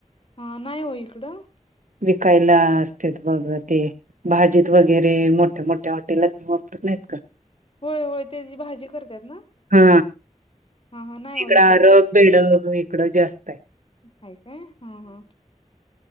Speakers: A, on the left (about 45°); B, on the right (about 75°).
A: हा नाही हो इकडं
B: विकायला असत बघ ते भाजीत वगैरे मोठ्या मोठ्या हॉटेलत वापरत नाहीत का
A: होय होय ते जी भाजी करतात ना
B: हा
A: हा हा नाही हो
B: इकड
A: इकडं
B: आरग बिळग इकडं जास्त आहे
A: हा काय हा हा